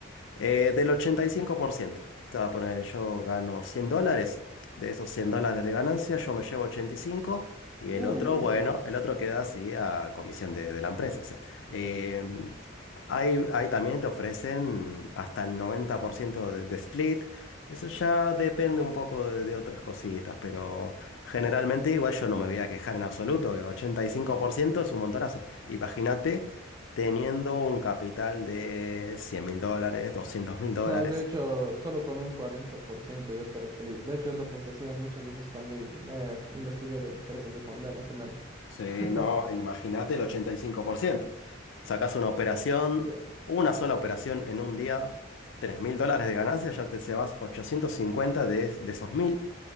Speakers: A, on the left; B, on the right.
A: eh, del 85%. Te voy a poner, yo gano 100 dólares, de esos 100 dólares de ganancia yo me llevo 85 y el
B: Uy,
A: otro,
B: uy,
A: bueno,
B: uy.
A: el otro queda así a comisión de, de la empresa, o sea. eh, Ahí, ahí también te ofrecen hasta el 90% de, de split. Eso ya depende un poco de, de otras cositas, pero generalmente igual yo no me voy a quejar en absoluto, que 85% es un montonazo. Imagínate teniendo un capital de cien mil dólares, doscientos mil dólares.
B: No, de hecho, solo con un 40% yo estaría feliz. De hecho, es lo que ofrecían muchas veces cuando i- me investigué de empresas de fonda, más o menos.
A: Sí,
B: <laughs>
A: no, imagínate el 85%. Sacas una operación,
B: Sí.
A: una sola operación en un día, tres mil dólares de ganancia, ya te llevas 850 de, es- de esos 1000.